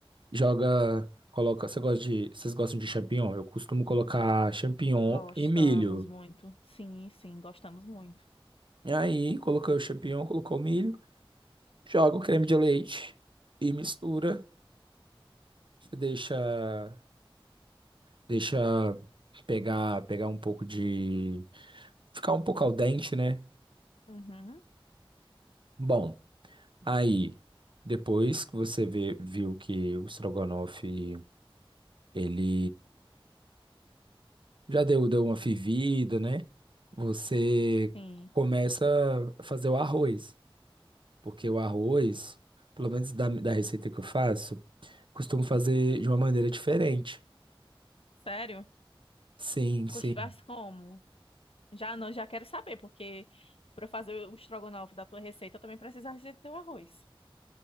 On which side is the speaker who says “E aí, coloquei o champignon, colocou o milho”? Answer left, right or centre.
Right